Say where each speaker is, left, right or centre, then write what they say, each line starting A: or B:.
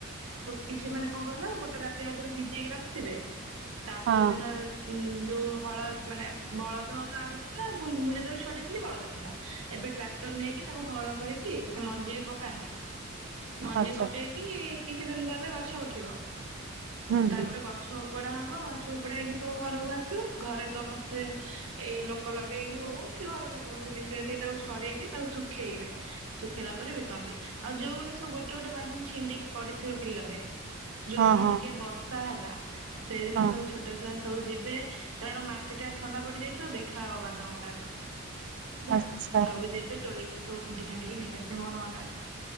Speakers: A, on the right; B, on the right.
A: କିଛି ମାନେ କଣ କହିଲ, ଗୋଟେ ରାତି ଆଗରୁ ଭିଜିେଇକି ରଖିଥିବେ। ତାପ
B: ହଁ
A: ଦିନ ଉ ଯୋଉ ହଳ ମାନେ ବଳଦ ତ ଆଗରୁ ଥିଲା ମୁଁ ଯେତେବେଳେ ଛୁଆଟି ଥିଲି ବଳଦ ଥିଲା। ଏବେ ଟ୍ରାକ୍ଟର ନେଇକି ତାକୁ ହଳ କରିକି ସେ ମଞ୍ଜି ପକାନ୍ତି। ମଞ୍ଜି
B: ଆଚ୍ଛା
A: ପକେଇକି କିଛି ଦିନ ଗଲେ ଗଛ ଉଠିବ।
B: ହୁଁ
A: ତାପରେ
B: ହୁଁ
A: ଗଛ ଉପଡା ହବ ଗଛ ଉପଡ଼ା ହେକି ସବୁ ଘରକୁ ଆସିବ ଘରେ ସମସ୍ତେ ଏଇ ଲୋକ ଲଗେଇକି ହଉ ଘର ଲୋକଙ୍କୁ ମିଶିବା ସେଇଟା ହଉଚି ଛଡେଇକି ତାକୁ ଶୁଖେଇବେ। ଶୁଖେଇଲା ପରେ ବିକନ୍ତି ଆଉ ଯୋଉ ଗୁଡା ସବୁ ଗୋଟେ ଗୋଟେ ବାଦାମ ଛିିଣ୍ଡି ପଡି ହୋଇଥିବା ବିଲରେ ଯୋଉ
B: ହଁ
A: ଦିନ
B: ହଁ
A: ଟିକେ ବର୍ଷା ହେଲା, ସେଇ ଦିନ
B: ହଁ
A: ସବୁ ଛୋଟ ଛୁଆ ସବୁ ଯେ ବେ କାରଣ ମାଟି ଟା ଥଣ୍ଡା ପଡିଯାଇଥିବ ଦେଖାହବ ବାଦାମ ଗୁଡାକ। ହେଲା
B: ଆଛ
A: ସବୁ ଯିବେ ତୋଳିକି ସବୁ ଖୁଣ୍ଟି ଖାଣ୍ଟିକି ନେଇକି ଆସେ ମୋର ମନେ ଅଛି।